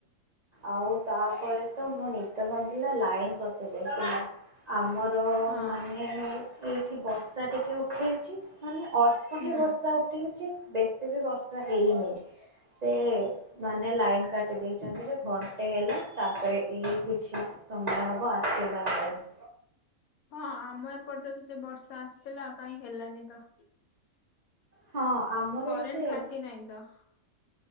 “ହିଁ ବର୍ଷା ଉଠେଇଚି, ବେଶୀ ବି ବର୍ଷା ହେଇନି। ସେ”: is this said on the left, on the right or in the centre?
Right